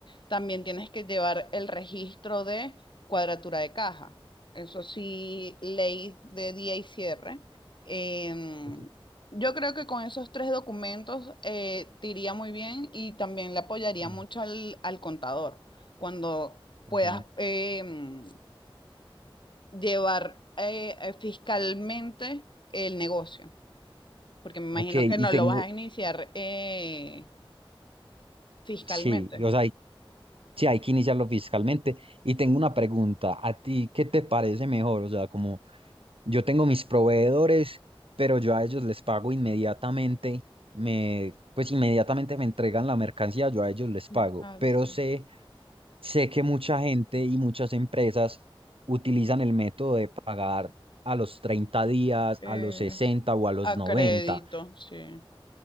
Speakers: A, on the left (about 55°); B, on the right (about 75°).
A: también tienes que llevar el registro de cuadratura de caja. Eso sí, ley de día y cierre. Em,
B: Ok.
A: yo creo que con esos tres documentos eh, te iría muy bien y también le apoyaría
B: Mm,
A: mucho al, al contador cuando puedas
B: ok.
A: em, llevar eh, eh, fiscalmente el negocio. Porque me imagino
B: Ok, y
A: que no
B: tengo,
A: lo vas a iniciar eh, fiscalmente.
B: Sí, o sea, hay- sí, hay que iniciarlo fiscalmente. Y tengo una pregunta, ¿a ti qué te parece mejor? O sea, como yo tengo mis proveedores, pero yo a ellos les pago inmediatamente, me, pues inmediatamente me entregan la mercancía, yo a ellos les
A: Descanso.
B: pago, pero sé... Sé que mucha gente y muchas empresas utilizan el método de pagar a los 30 días,
A: Es
B: a los 60 o a los
A: a
B: 90.
A: crédito, sí.